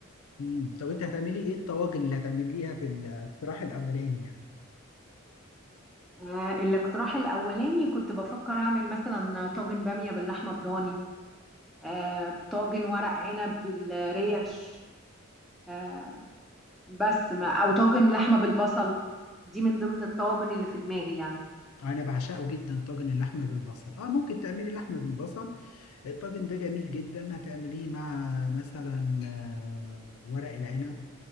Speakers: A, on the left (about 80°); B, in the centre.
A: امم طب انت هتعملي ايه الطواجن اللي هتعمليها في الاقتراح الاولاني يعني
B: آه، الاقتراح الأولاني كنت بفكر أعمل مثلا طاجن بامية باللحمة الضاني آه، طاجن ورق عنب بالريش آه، بس ما او طاجن لحمه بالبصل دي من ضمن الطواجن اللي في دماغي يعني
A: انا بعشقه جدا طاجن اللحمه بالبصل اه ممكن تعملي لحمه بالبصل الطاجن ده جميل جدا هتعمليه مع مثلا آه، ورق العنب